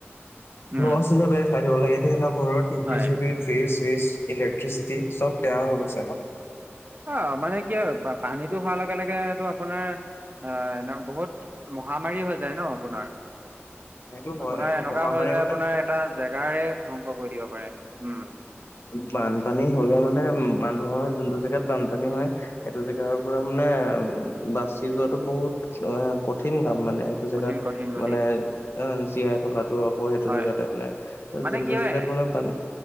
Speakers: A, on the right; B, on the left.
A: উম
B: লছ হিচাপে দেখাই দিব লাগে তেহেতৰ ঘৰত টিভি
A: হয়
B: চিভি ফিৰিছ চিৰিছ ইলেক্ট্ৰিচিটি সব বেয়া হৈ গৈছে ক।
A: অ মানে কি হয় পানীটো হোৱাৰ লগে লগেটো আপোনাৰ আ এনেও বহুত মহামাৰী হৈ যায় ন আপোনাৰ।
B: সেইটো হয়
A: আপোনাৰ
B: এইটো
A: এনেকুৱা
B: মহামাৰী
A: হয় যায়
B: মানে
A: আপোনাৰ এটাজ জেগাৰে ধ্বংস কৰি দিব পাৰে, উম।
B: বানপানী হ'লে মানে মানুহৰ যোনটো জেগাত বানপানী হয় সেইটো জেগাৰ পুৰা মানে উ বাচি যোৱাটো বহুত কঠিন কাম মানে।
A: কঠিন
B: জেগাত
A: কঠিন কঠিন
B: মানে অ জীয়াই থকাটো অক অ সেইটো
A: হয়
B: জেগাতে মানে ত
A: মানে
B: যোনটো
A: কি হয়
B: জেগাত মানে টান